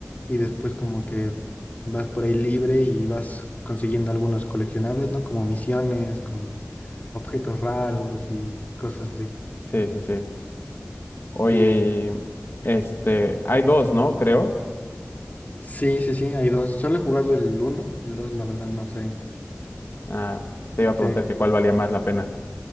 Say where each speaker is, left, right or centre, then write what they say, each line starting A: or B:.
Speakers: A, on the left; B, on the left.
A: y después como que vas por ahí libre y vas consiguiendo algunos coleccionables, ¿no? Como misiones, como objetos raros y cosas así.
B: Sí, sí, sí. Oye,
A: Y
B: y este,
A: Ujú.
B: hay dos, ¿no? Creo.
A: sí, sí, sí, hay dos, solo he jugado el uno, el dos la verdad no sé,
B: Ah, te
A: este...
B: iba a preguntar que cuál valía más la pena.